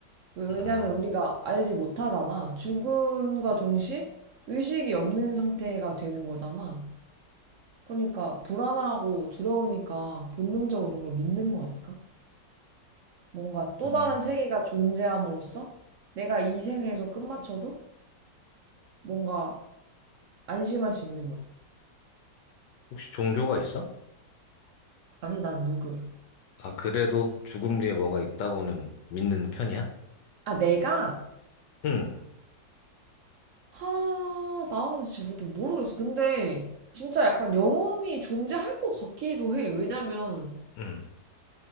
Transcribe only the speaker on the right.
왜- 왜냐면
우리가 알지 못하잖아. 죽음과 동시에 의식이 없는 상태가 되는 거잖아. 그러니까 불안하고 두려우니까 본능적으로 그걸 믿는 거 아닐까? 뭔가 또
다른 세계가 존재함으로써 내가 이 생에서 끝마쳐도 뭔가 안심할 수 있는 거지.
아니, 난 무교야.
아, 내가?
하, 나는 진짜 모르겠어. 근데 진짜 약간 영원히 존재할 것 같기도 해. 왜냐면